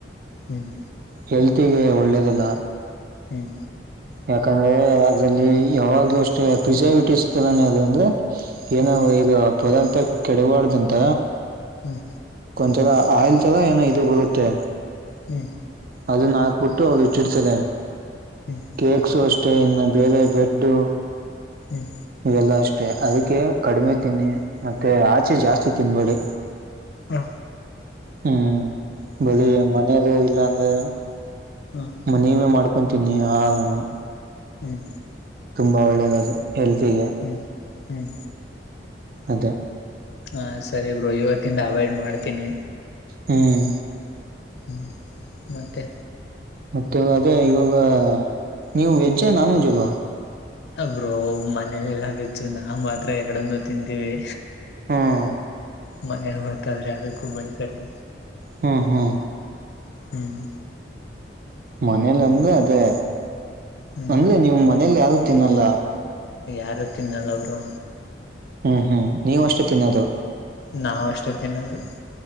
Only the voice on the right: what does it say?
ಹೆಲ್ತಿಗೆ ಒಳ್ಳೇದಲ್ಲ
ಯಾಕಂದರೆ ಅದರಲ್ಲಿ ಯಾವಾಗಲೂ ಅಷ್ಟೇ ಪ್ರಿಸರ್ವಿಟಿಸ್ತದ ಅದು ಅಂದರೆ ಏನ
ಈಗ ಪದಾರ್ಥ ಕೆಡವಾಡ್ದಂತ
ತರ ಆಯಿಲ್ ತರ ಏನೋ ಇದು ಬರುತ್ತೆ
ಅದನ್ನ ಹಾಕ್ಬಿಟ್ಟು ಅವರು ಇಟ್ಟಿಡ್ತಾರೆ
ಕೇಕ್ಸ್ ಅಷ್ಟ ಅಷ್ಟೆ ಇನ್ನು ಬೇರೆ ಬೆಡ್ಡು
ಇವೆಲ್ಲ ಅಷ್ಟೆ ಅದಕ್ಕೆ ಕಡಿಮೆ ತಿನ್ನಿ ಮತ್ತೆ ಆಚೆ ಜಾಸ್ತಿ ತಿನ್ಬೇಡಿ
ಹ್ಮ್ ಬರೀ ಮನೇದು ಇಲ್ಲ ಅಂದ್ರೆ
ನೀವೇ ಮಾಡ್ಕ ಕೊ ತಿನ್ನಿ ಹಾಲು ನಾ
ತುಂಬಾ ಒಳ್ಳೇದದು ಹೆಲ್ತಿಗೆ
ಅದೇ
ಹ್ಮ್
ಮತ್ತೆ ಅದೇ ಇವಾಗ ನೀವು ವೆಜ್ ನಾನ್ ವೆಜ್ ಅಗ
ಹ್ಮ್
ಹ್ಮ ಹ್ಮ್
ಮನೇಲಿ ಅಂದ್ರೆ ಅದೇ
ಅಂದ್ರೆ ನೀವು ಮನೇಲಿ ಯಾರು ತಿನ್ನಲ್ಲ
ಹ್ಮ್ ಹ್ಮ್ ನೀವು ಅಷ್ಟೇ ತಿನ್ನೋದು